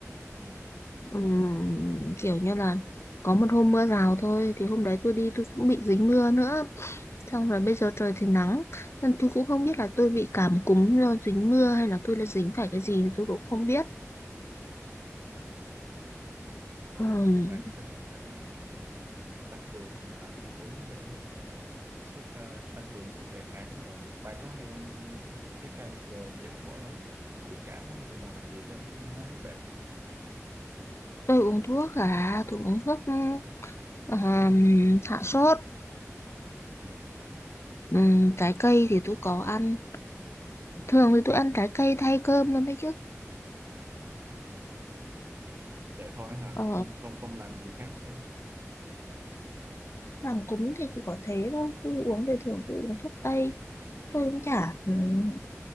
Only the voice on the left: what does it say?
Ừm, kiểu như là có một hôm mưa rào thôi thì hôm đấy tôi đi tôi cũng bị dính mưa nữa xong rồi bây giờ trời thì nắng nên tôi cũng không biết là tôi bị cảm cúm do dính mưa hay là tôi đã dính phải cái gì thì tôi cũng không biết
Ừm,
Tôi uống thuốc à, tôi uống thuốc ừm, hạ sốt,
Ừm, trái cây thì tôi có ăn. Thường thì tôi ăn trái cây thay cơm luôn đấy chứ.
Ờ,
làm cúng thì chỉ có thế thôi, tôi uống thì thường tôi uống thuốc tây. Tôi cũng chả ừm,